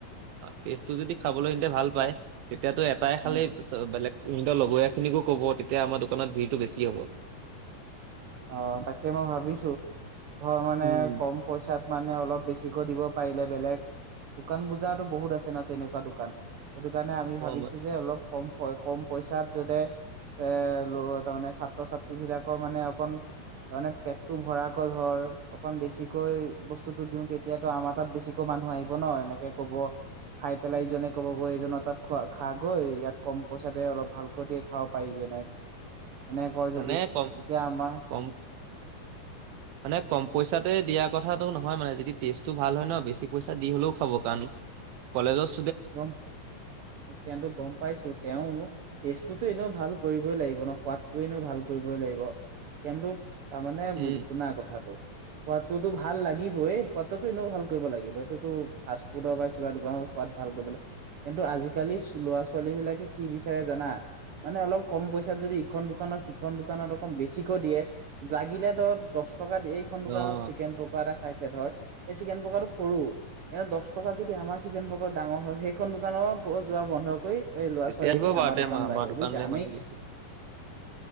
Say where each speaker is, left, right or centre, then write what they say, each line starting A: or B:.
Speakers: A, on the right (about 85°); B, on the right (about 65°).
A: টেষ্টটো যদি খাবলৈ ভাল পায়। তেতিয়াতো এটাই খালেই
B: উম
A: বেলেগ। সিহঁতৰ লগৰীয়া খিনিকো কব তেতিয়া আমাৰ দোকানত ভিৰটো বেছি হ'ব।
B: অ তাকে মই ভাবিছো। ধৰ মানে
A: উম।
B: কম পইচাত মানে অলপ বেছিকৈ দিব পাৰিলে বেলেগ। দোকান বজাৰো বহুত আছে ন তেনেকুৱা দোকান সেইটো কাৰণে আমি
A: অ'
B: ভাবিছো যে অলপ কম। কম পইচাত যতে এ ল তামানে ছাত্ৰ ছাত্ৰী বিলাকৰ মানে। কণ। তামানে পেটটো ভৰাকৈ ধৰ অকন বেছিকৈ বস্তুতটো দিওঁ তেতিয়াতো আমাৰ তাত বেছিকৈ মানুহ। নোৱাৰিব ন এনেকে কব। খাই পেলাই ইজনে ক'ব গৈ এইজনৰ তাত খোৱা খ গৈ ইয়াত কম পইচাতে অলপ ভালকৈ দিয়ে খাব পাৰিবি। কৈ এনেক কয়
A: মানে
B: যদি
A: কম
B: তেতিয়া আমাৰ।
A: কম। মানে কম পইচাতে দিয়া কথাটো নহয় মানে যদি টেষ্টটো ভাল হয় ন বেছি পইচা দি হ'লেও খাব কাৰণ। কলেজত।
B: গম এতিয়াত গম পাইছো তেও। টেষ্টটোতো এনেও ভাল কৰিবই লাগিব ন সোৱাদটো এনেও ভাল কৰিবই লাগিব কিন্তু। তাৰমানে
A: উম।
B: বু শুনা কথাটো। সোৱাদটোতো ভাল লাগিবই এই সোৱাদটোতো ভাল লাগিবই সোৱাদটো এনেও ভাল কৰিব লাগিব এইটোতো ফাষ্ট ফুডৰ বা কিবা দোকানৰ সোৱাদ। ভাল কৰিবলে কিন্তু আজিকালি ল'ৰা ছোৱালী বিলাকে কি বিচাৰে জানা মানে অলপ। কম পইচাত যদি ইখন দোকানত সিখন দোকানত অকণ বেছিকৈ দিয়ে লাগিলে তো দহ। টকা এইখন দোকানত
A: অ'।
B: চিকেন পকৰা টা। খাইছে ধৰ সেই চিকেন পকাটো সৰু এনে দহ টকাত যদি আমাৰ চিকেন পকৰা। ডাঙৰ হয় সেইখন দোকানৰ যোৱা বন্ধ কৰি। এই ল'ৰা
A: তেতিয়া
B: ছোৱালী
A: আহিব
B: খিনি
A: বাৰু
B: আমাৰ
A: তে
B: দোকানলৈ আহিব
A: দোকানলৈ
B: বুজিছা আমি।
A: মানুহ বেছি